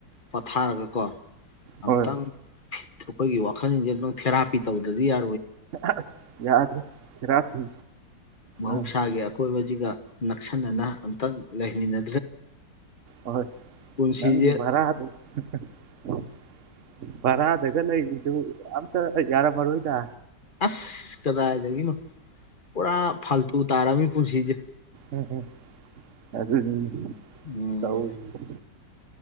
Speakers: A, on the left; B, on the right.
A: ꯄꯣꯊꯥꯔꯒꯀꯣ ꯑꯇꯥꯡ
B: ꯍꯣꯏ
A: ꯑꯩꯈꯣꯏꯒꯤ ꯋꯥꯈꯜꯁꯤꯡꯁꯦ ꯇꯪ ꯊꯦꯔꯥꯄꯤ ꯇꯧꯗ꯭ꯔꯗꯤ ꯌꯥ
B: ꯑꯁ ꯌꯥꯗ꯭ꯔꯦ ꯁꯦꯔꯥ ꯊꯤ
A: ꯃꯍꯧꯁꯥꯒꯤ
B: ꯑꯥ
A: ꯑꯀꯣꯏꯕꯁꯤꯒ ꯅꯛꯁꯤꯟꯅꯅ ꯑꯃꯨꯛꯇꯪ ꯂꯩꯃꯤꯟꯅ
B: ꯑꯍꯣꯏ
A: ꯄꯨꯟꯁꯤꯁꯦ
B: ꯅꯪꯒꯤ ꯔꯗ <unintelligible> ꯕꯔꯥꯗꯒ ꯂꯩ ꯑꯝꯇ ꯌꯥꯔꯝ ꯃꯥꯔꫭꯏꯗ
A: ꯑꯁ ꯀꯗꯥꯏꯗꯒꯤꯅꯣ ꯄꯨꯔ ꯐꯜꯇꯨ ꯇꯔꯃꯤ ꯄꯨꯟꯁꯤꯖꯦ
B: ꯎꯝ ꯑꯗꯨꯅꯤꯅꯦ
A: ꯎꯝ
B: ꯇꯧꯔꯤꯖꯦ